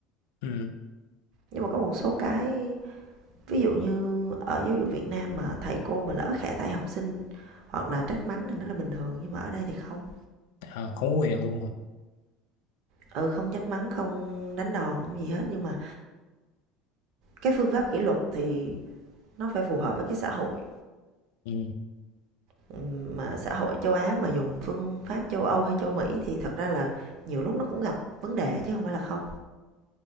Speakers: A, on the left; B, on the right.
A: ừ,
B: Nhưng mà có một số cái ví dụ như ở giáo dục Việt Nam mà thầy cô mà lỡ khẽ tay học sinh hoặc là trách mắng thì nó là bình thường nhưng mà ở đây thì không.
A: à, không có quyền luôn hả
B: Ừ không trách mắng, không đánh đòn, không gì hết nhưng mà cái phương pháp kỷ luật thì nó phải phù hợp với cái xã hội
A: ừ,
B: Ừ, mà xã hội châu Á mà dùng phương pháp châu Âu hay châu Mỹ thì thật ra là nhiều lúc nó cũng gặp vấn đề chứ không phải là không.